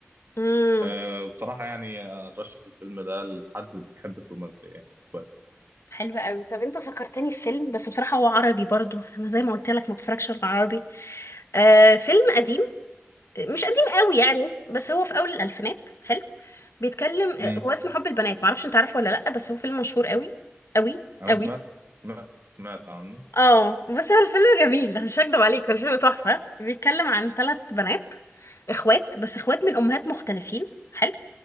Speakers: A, on the left; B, on the right.
A: امم
B: أه بصراحة يعني أرشح الفيلم ده لحد اللي بيحب الرومانسية يعني كويس
A: حلو قوي طب انت فكرتني في فيلم بس بصراحة هو عربي برضو انا زي ما قلت لك ما اتفرجش على العربي آه فيلم قديم مش قديم قوي يعني بس هو في اول الالفينات حلو بيتكلم
B: امم
A: آه، هو اسمه حب البنات معرفش انت عارفه ولا لا بس هو فيلم مشهور قوي قوي
B: أنا
A: قوي
B: سمعت سمعت سمعت عنه
A: اه بس هو الفيلم جميل مش هكدب عليك هو الفيلم تحفة بيتكلم عن ثلاث بنات اخوات بس اخوات من امهات مختلفين حلو